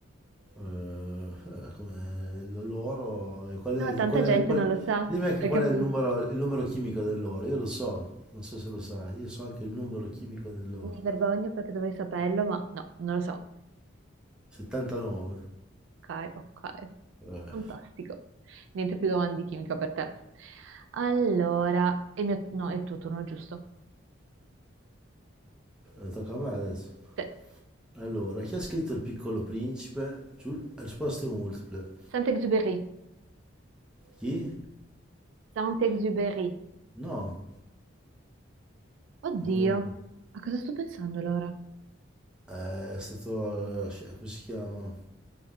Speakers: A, in the centre; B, on the right.
A: Ehm, eh, come l l'oro e qual è
B: No, tanta
A: qual è
B: gente
A: qual
B: non
A: è-
B: lo sa.
A: dimmi anche
B: Hai
A: qual
B: capito?
A: è il numero il numero chimico dell'oro, io lo so, non so se lo sai, io so anche il numero chimico dell'oro.
B: Mi vergogno perché dovrei saperlo, ma no, non lo so.
A: 79.
B: Ok, ok.
A: Eh,
B: Fantastico. Niente più domande di chimica per te. Allora, il mio... no, è il tuo turno, giusto.
A: eh, tocca a me adesso.
B: Te.
A: Allora, chi ha scritto Il Piccolo Principe? Giul- risposte multiple.
B: Saint-Exupéry.
A: Chi?
B: Saint-Exupéry.
A: No,
B: Oddio,
A: no, no, no.
B: a cosa sto pensando allora?
A: Eh, È stato, eh, sci- come si chiama?